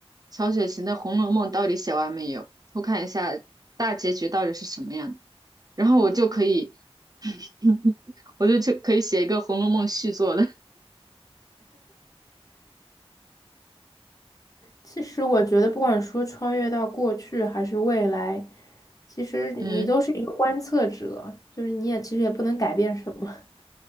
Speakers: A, on the right; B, on the left.
A: 曹雪芹的《红楼梦》到底写完没有，偷看一下大结局到底是什么样的然后我就可以，<laughs> 我就去可以写一个《红楼梦》续作了。
B: 其实我觉得，不管说穿越到过去还是未来，其实你都是一个观测者，
A: 嗯，
B: 就是你也其实也不能改变什么。